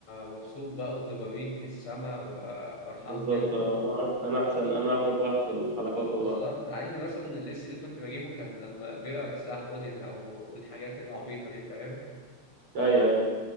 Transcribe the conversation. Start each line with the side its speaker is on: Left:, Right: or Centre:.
Left: مبسوط بقى والدوبامين في السما ببقى فرحان
Right: بالظبط
Left: جدا
Right: اه لا، انا احسن انا احرف واحد في ال- على كوكب
Left: بالظبط
Right: الارض
Left: عين مثلا الليست اللي كنت بجيبه كان لما بيبقى بسلاح اودين او الحاجات العبيطه دي فاهم
Right: ايوه ايوه